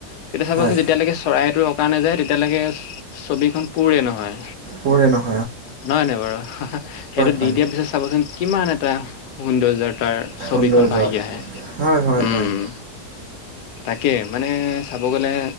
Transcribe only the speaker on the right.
হয়
পৰে ন
হয়
সৌন্দৰ্য
হয় হয়
হয়